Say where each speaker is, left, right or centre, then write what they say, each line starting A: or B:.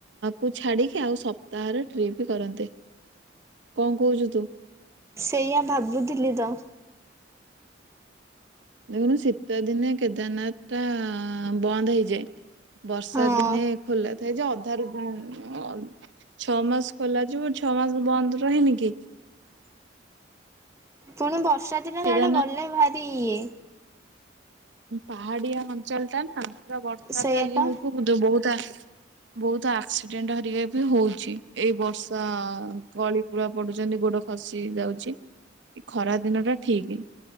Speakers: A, on the right (about 75°); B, on the right (about 15°).
A: କୁ ଛାଡିକି ଆଉ ସପ୍ତାହର ଟ୍ରିପ୍ କରନ୍ତେ କଣ କହୁଛୁ ତୁ।
B: ସେଇୟା ଭାବୁଥିଲି ତ
A: ଦେଖନ୍ତୁ ଶୀତ ଦିନେ କେଦାରନାଥ ଟା ବନ୍ଦ ହେଇଯାଏ। ବର୍ଷା
B: ହଁ
A: ଦିନେ ଖୋଲା ଥାଏ ଯେ ଅଧାରୁ ଛଅ ମାସ ଖୋଲା ଯିବ ଛଅ ମାସ ବନ୍ଦ ରହେନି କି-
B: ଫୋନ ଧର ବର୍ଷା ଦିନ
A: କେଦାରନାଥ
B: ଯୁଆଡେ ଗଲେ ଭାରି ଇଏ
A: ପାହାଡ଼ିିଆ ଅଞ୍ଚଳଟା ନା ପୁରା ବର୍ଷା
B: ସେଇଆପା
A: ଟା ଇଏ ହଉୁଥିବ ବହୁତ ବହୁତ ଆକ୍ସିଡେଣ୍ଟ ହରିକା ବି ହଉଛି, ଏଇ ବର୍ଷା ଗଳି ଗୂଳା ପଡୁଛନ୍ତି ଗୋଡ ଖସି ଯାଉଛି ଏ ଖରା ଦିନ ଟା ଠିକ